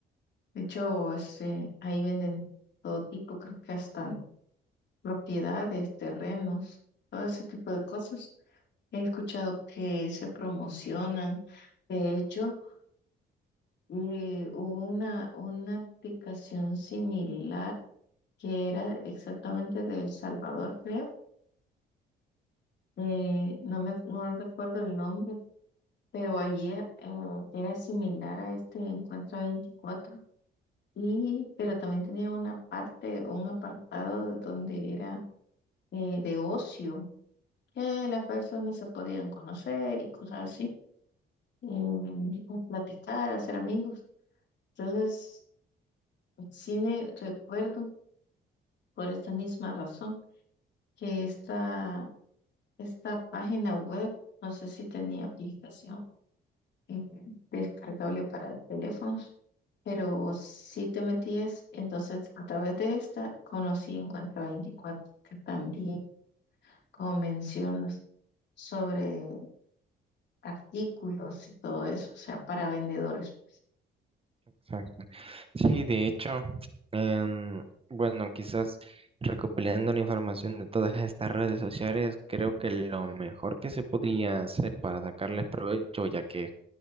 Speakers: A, on the left (about 60°); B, on the right (about 30°).
A: De hecho, este, ahí venden todo tipo, creo que hasta propiedades, terrenos, todo ese tipo de cosas. He escuchado que se promocionan. De hecho, eh, hubo una, una aplicación similar que era exactamente de El Salvador, creo. Eh, no me no recuerdo el nombre, pero allí eh, era similar a este Encuentro veinticuatro Y, pero también tenía una parte, un apartado donde era eh, de ocio, que las personas se podían conocer y cosas así, em, o platicar, hacer amigos. Entonces, sí me recuerdo por esta misma razón que esta Esta página web, no sé si tenía aplicación eh, descargable para teléfonos, pero si te metías, entonces a través de esta conocí Encuentra veinticuatro que también, como mencionas, sobre artículos y todo eso, o sea, para vendedores.
B: Exacto. Sí, de hecho, em, bueno, quizás recopilando la información de todas estas redes sociales, creo que lo mejor que se podría hacer para sacarles provecho, ya que